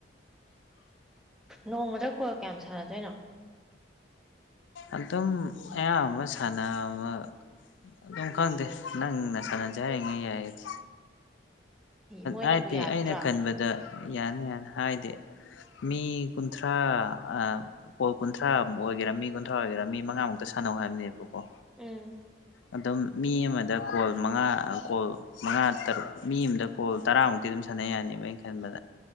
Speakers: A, in the centre; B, on the left.
A: ꯅꯣꯡꯃꯗ ꯈꯨꯣꯏꯜ ꯀꯌꯥꯝ ꯁꯥꯟꯅꯗꯣꯏꯅꯣ
B: ꯑꯗꯨꯝ ꯑꯌꯥꯝꯕ ꯁꯥꯟꯅꯕ ꯑꯗꯨꯝ ꯈꯪꯗꯦ ꯅꯪꯅ ꯁꯥꯟꯅꯖ ꯍꯥꯏꯔꯤꯉꯩ ꯌꯥꯏꯗꯤ
A: ꯃꯣꯏꯅꯕꯨ
B: ꯍꯥꯏꯗꯤ
A: ꯌꯥꯒꯗ꯭ꯔꯥ
B: ꯑꯩꯅ ꯈꯟꯕꯗ ꯌꯥꯅꯤ ꯌꯥꯅꯤ ꯍꯥꯏꯗꯤ ꯃꯤ ꯀꯨꯟꯊ꯭ꯔꯥ ꯀꯣꯜ ꯀꯨꯟꯊ꯭ꯔꯥ ꯑꯣꯏꯒꯦꯔꯥ ꯃꯤ ꯀꯨꯟꯊ꯭ꯔꯥ ꯑꯣꯏꯒꯦꯔꯥ ꯃꯤ ꯃꯉꯥꯃꯨꯛꯇ ꯁꯥꯟꯅꯧ ꯍꯥꯏꯕꯅꯦꯕꯀꯣ
A: ꯎꯝ
B: ꯑꯗꯨꯝ ꯃꯤ ꯑꯃꯗ ꯀꯣꯜ ꯃꯉꯥ ꯀꯣꯜ ꯃꯉꯥ ꯇꯔꯨꯛ ꯃꯤ ꯑꯃꯗ ꯀꯣꯜ ꯇꯔꯥꯃꯨꯛꯇꯤ ꯑꯗꯨꯝ ꯁꯥꯟꯅꯩ ꯌꯥꯅꯦꯕ ꯑꯩꯅ ꯈꯟꯕꯗ